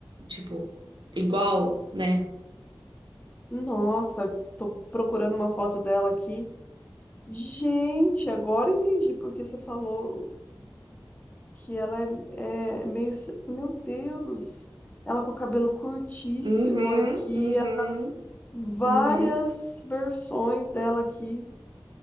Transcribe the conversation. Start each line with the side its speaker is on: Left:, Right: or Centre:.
Right: tipo, igual, né?
Left: Nossa, tô procurando uma foto dela aqui. Gente, agora eu entendi porque você falou que ela é, é meio. ce- Meu Deus! Ela com o cabelo curtíssimo
Right: Uhum,
Left: aqui,
Right: uhum,
Left: ela- várias
Right: uhum.
Left: versões dela aqui.